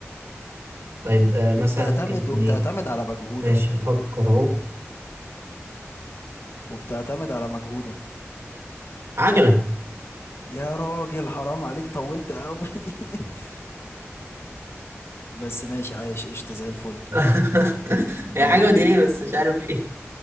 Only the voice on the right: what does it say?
طيب آه مثلا
ممكن تكون
ايه
ماشي بفكر اهو
عجلة
<laughs> هي
حاجة بديهية
بس مش عارف ايه